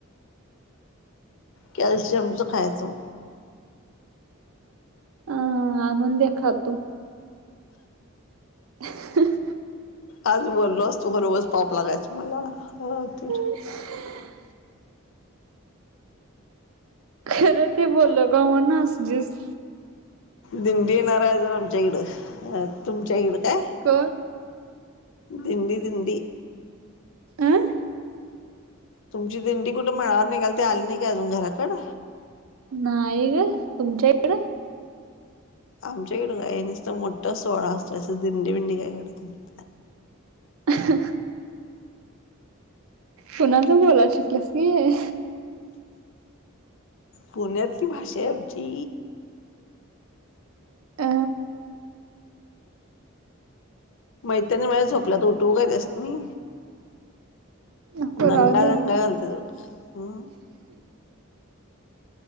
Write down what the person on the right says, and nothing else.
अ आणून दे, खातो. <unintelligible>
<unintelligible> खरं ते बोललो गं, म्हणून हसलीस.
क
आं?
नाही गं, तुमच्याइकडं?
हं, कुणाचं बोलाय शिकलीस की हे?
अ
नको
राहू दे की.